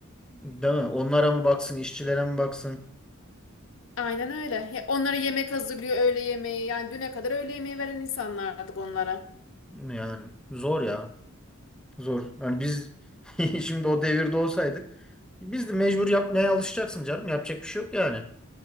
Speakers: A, in the centre; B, on the left.
A: Değil mi? Onlara mı baksın, işçilere mi baksın?
B: Aynen öyle. He- Onlara yemek hazırlıyor, öğle yemeği. Yani düne kadar öğle yemeği veren insanlardık onlara.
A: Yani zor ya. Zor. Yani biz <laughs> şimdi o devirde olsaydık biz de mecbur yapmaya alışacaksın canım. Yapacak bir şey yok yani.